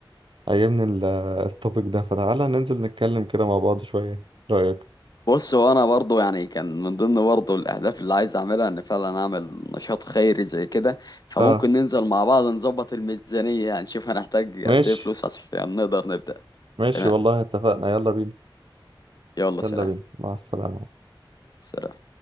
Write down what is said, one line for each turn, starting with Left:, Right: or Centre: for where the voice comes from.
Right: عاجبني ال- التوبيك ده فتعالى ننزل نتكلم كده مع بعض شويه رايك
Left: بص وانا برضو يعني كان من ضمن برضو الاهداف اللي عايز اعملها ان فعلا اعمل نشاط خيري زي كده فممكن
Right: اه
Left: ننزل مع بعض نظبط الميزانية هنشوف هنحتاج
Right: ماشي
Left: قد ايه فلوس عشان نقدر نبدأ
Right: ماشي
Left: تمام
Right: والله اتفقنا يلا بينا
Left: يلا
Right: يلا
Left: سلام
Right: بينا مع السلامه
Left: سلام